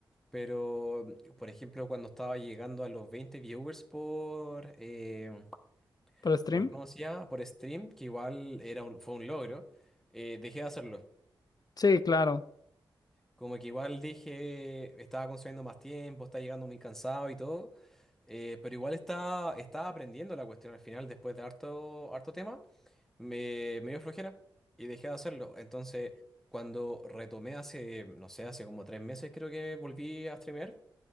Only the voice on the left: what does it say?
¿Por stream?
Sí, claro.